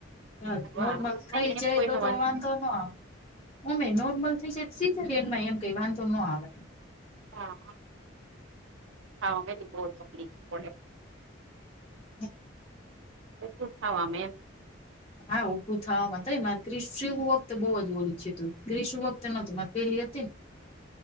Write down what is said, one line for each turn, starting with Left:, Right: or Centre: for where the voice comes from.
Left: હા નોર્મલ
Right: હારું અમારે
Left: થઈ
Right: એમ
Left: જાય
Right: કોઈનો
Left: તો તો વાંધો નો આવે. ઉમે નોર્મલ થઈ જાય સીધા રેનમાં એમ કઈ વાંધો નો આવે.
Right: હા હા મે હું તકલીફ પડે.
Left: હ
Right: ઉભુ થવામાં એમ.
Left: હા ઊભું થવામાં તો મારે ક્રિસ વખતે બહુ જ ઓલું જ છે તું ક્રિષ વખતે નતું મા પેલી